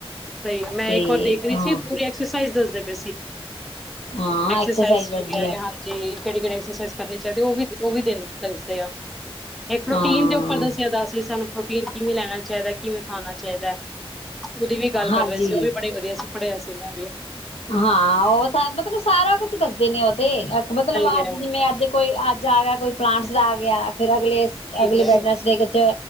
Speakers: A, in the centre; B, on the left.
A: ਸਹੀ ਮੈਂ
B: ਤੇ
A: ਇੱਕ ਵਾਰ ਦੇਖ ਰਹੀ
B: ਹਾਂ
A: ਸੀ ਪੂਰੀ ਐਕਸਰਸਾਈਜ਼ <unintelligible> ਦੱਸੀ
B: ਹਾਂ
A: ਐਕਸਰਸਾਈਜ਼
B: ਦੱਸਦੀ
A: ਵਗੈ
B: ਹੈ
A: ਹਾਂਜੀ। ਕੇੜੀ ਕੇੜੀ ਐਕਸਰ ਸਾਇਜ ਕਰਨੀ ਚਾਹੀਦੀ ਉਹ ਵੀ ਉਹ ਵੀ ਦਿਨ ਦੱਸਦੇ ਆ। ਇਹ ਪ੍ਰੋਟੀਨ
B: ਹਾਂ
A: ਦੇ ਉੱਪਰ ਦੱਸਿਆ ਦਾ ਸੀ ਸਾਨੂੰ ਪ੍ਰੋਟੀਨ ਕਿਵੇਂ ਲੈਣਾ ਚਾਹੀਦਾ, ਕਿਵੇਂ ਖਾਣਾ ਚਾਹੀਦਾ ਐ। ਉਦੀ ਵੀ ਗੱਲ
B: ਹਾਂਜੀ
A: ਵੈਸੇ ਉਹ ਵੀ ਬੜੀ ਵਧੀਆ ਸੀ। ਪੜ੍ਹਿਆ ਸੀ ਮੈਂ ਵੀ।
B: ਹਾਂ ਉਹ ਸਾ ਮਤਲਬ ਸਾਰਾ ਕੁਛ ਦੱਸਦੇ ਨੇ ਉਹ ਤੇ ਅਖ ਮਤਲਬ
A: ਸਹੀ ਹੈ
B: ਅੱਜ ਜਿਵੇਂ ਅੱਜ ਕੋਈ ਆ ਜਾ ਆ ਗਿਆ ਕੋਈ ਪਲਾਂਟਸ ਦਾ ਆ ਗਿਆ ਫਿਰ ਅ ਅਗਲੇ
A: ਠੀਕ
B: ਅਗਲੇ
A: ਹੈ
B: ਵੈਡਨਸਡੇ ਕੁਛ